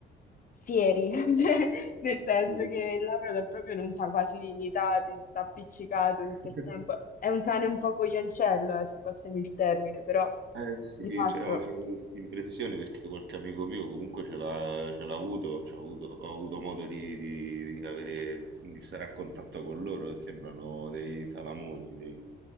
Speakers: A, on the left; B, on the right.
A: fieri, <laughs> cioè, nel senso
B: Sì.
A: che il Labrador proprio non c'ha quasi dignità, ti sta appiccicato tutto
B: <laughs>
A: il tempo. È un cane un po' coglioncello, eh, se passiamo il termine, però
B: Eh sì,
A: di fatto...
B: cioè, ho c'ho questa impressione perché qualche amico mio comunque ce l'ha ce l'ha avuto, c'ho avuto, ho avuto modo di, di- di avere, di stare a contatto con loro, sembrano dei salamoni, dei,